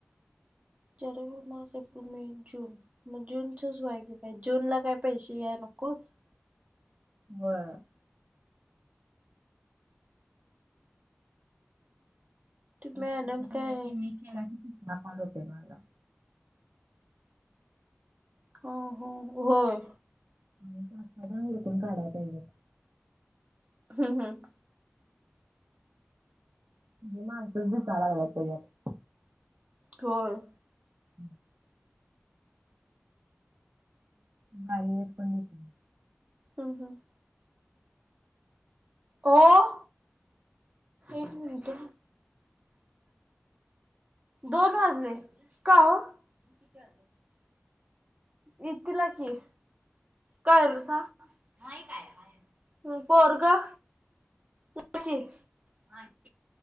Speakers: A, on the right; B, on the right.
A: तरी बी, माझं पेमेंट जून मग जूनचच <unintelligible> की, जूनला काय पैसे या नकोत.
B: व्हय.
A: ते
B: तुमचा
A: मॅडम
B: झाला
A: काय
B: कि मी केला की, तिसरा कॉल होतय माझा.
A: हो, हो, होय.
B: अजून पाच- सहा जण हुडकून काढाय पाहिजेत.
A: हम्म, हम्.
B: <unintelligible> माणसच दिसाला लागल्यात त्याच्यात.
A: होय.
B: <inaudible> बाई एक पण दिसत
A: हम्, हम. ओ, एक मिनिटं अं. दोन वाजले. का, ओ? <unintelligible> येतिला की? काय झालं सांग? नाही काय? नाही. ह, पोरगं? <unintelligible>